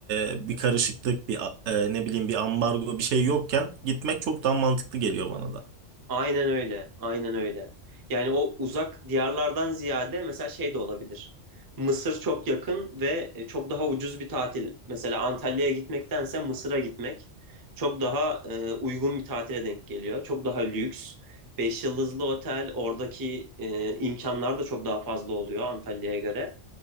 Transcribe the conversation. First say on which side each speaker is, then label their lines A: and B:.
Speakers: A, on the right (about 70°); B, on the right (about 35°).
A: e, bir karışıklık bir a- e, ne bileyim bir ambargo bir şey yokken gitmek çok daha mantıklı geliyor bana da.
B: Aynen öyle. Aynen öyle. Yani o uzak diyarlardan ziyade mesela şey de olabilir. Mısır çok yakın ve e, çok daha ucuz bir tatil. Mesela Antalya'ya gitmektense Mısır'a gitmek çok daha e, uygun bir tatile denk geliyor. Çok daha lüks. Beş yıldızlı otel, oradaki e, imkanlar da çok daha fazla oluyor Antalya'ya göre.